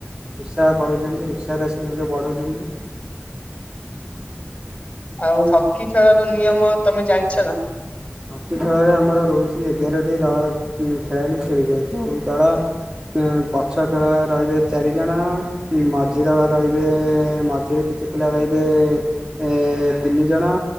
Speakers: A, on the right; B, on the left.
A: ଉତ୍ସାହ କରୁଛନ୍ତି ଉତ୍ସାହରେ ଆସିିକି ମଧ୍ୟ ବଢଉଛନ୍ତି
B: ଆଉ ହକି ଖେଳର ନିୟମ ତମେ ଜାଣିଛ ନା
A: ହକି ଖେଳରେ ଆମର ରହୁଛି ଏଗାରଟି ଦଳ ଖେଳାଳି ଖେଳିବେ ଯୋଉ ଦଳ ଉ ପଛ ଖେଳ ରହିବେ ଚାରିଜଣ ମାଝି ଦଳ ରହିବେ ମଝିରେ କିଛି ପିଲା ରହିବେ ଏ ତିନି ଜଣ